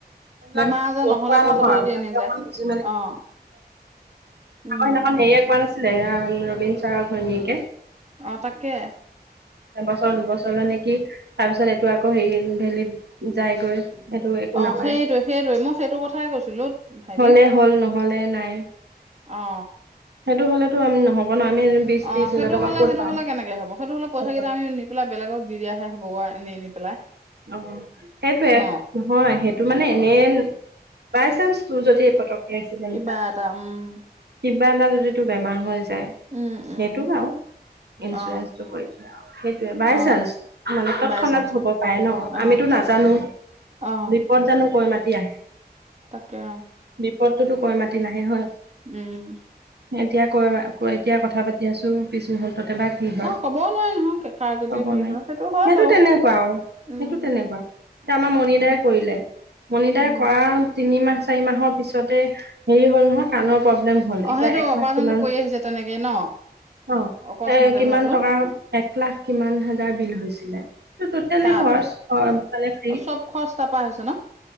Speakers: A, on the right; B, on the right.
A: এইবিলাক
B: বেমাৰ আজাৰ
A: নথোৱা
B: নহলে
A: নহয়
B: পইচাটো যদি
A: ভালকে
B: এনে যায়
A: অকমান
B: অ',
A: বুজি
B: উম,
A: আমাৰ সেইদিনাখন হেৰি এক মমান আছিলে ৰবীন চাৰ ঘৈণীয়েকে
B: অ তাকে
A: এবছৰ দুবছৰলে নে কি তাৰ পিছত এইটো আকৌ হেৰি ভেলীত যায়গৈ এইটো একো
B: অ
A: নাপায়
B: সেইটোৱে সেইটোৱে মই সেইটো কথাই কৈছিলো ভাইটিক
A: হলে হ'ল নহলে নাই
B: অ
A: সেইটো হ'লেতো আমি নহব ন আমি বিশ
B: অ
A: ত্ৰিশ
B: সেইটো
A: হাজাৰ টকা
B: হলে
A: ক'ত
B: সেইটো
A: পাম
B: হ'লে কেনেকে হব সেইটো হ'লে পইচা
A: অ
B: কেইটা আমি নিম পেলাই বেলেগক দি দিয়াহে হ'ব আনি আনি পেলাই
A: অ সেইতোয়ে
B: ন
A: হয় সেইটো মানে এনে বাই চান্স তোৰ যদি এই পতক কিবা
B: কিবা এটা উম
A: এটা যদি তোৰ বেমাৰ হৈ যায়
B: উম
A: সেইটো
B: উম
A: বও ইঞ্চুৰেঞ্চটো
B: অ
A: কৰি থই যাইআৰু সেইটোয়্ বাই
B: অ
A: চানস মানে তৎক্ষণাত
B: বাই চান্সত
A: হ'ব পাৰে ন
B: অ
A: আমিতো নাজানোও
B: অ
A: বিপদ জানো কৈ মাতি পেলাই আহে
B: তাকে
A: বিপদতটোতো কৈ মাতি নাহে হয়
B: উম
A: এতিয়া ক এতিয়া কথা পাতি আছো পিছ মুহূুৰ্ততে এবাক কি হয়
B: অ ক'বও নোৱাৰি নহয় কাৰ কেতিয়া
A: কব
B: কি
A: নাই
B: হয় হয়
A: সেইটো
B: বাৰু
A: তেনেকুৱা আৰু
B: উম
A: সেইটো তেনেকুৱা এয়া আমাৰ মণি
B: উম
A: দাই কৰিলে মণি দাই
B: উম
A: কৰা তিনিমাহ চাৰি মাহৰ পিছতে হেৰি হ'ল নহয় কাণৰ প্ৰব্লেম হল
B: অ
A: এতিয়া
B: সেইটো
A: এক
B: অপাৰেচনটো
A: লাখ কিমান
B: কৰি আহিছে তেনেকে ন
A: অ
B: অকস্মাতে
A: এ কিমান
B: হোৱাটো
A: টকা এক লাখ কিমান হাজাৰ বিল হৈছিলে ত টটেলি
B: তাত
A: খৰচ মানে ফ্ৰী
B: চব খৰচা তাৰপাই হৈছে ন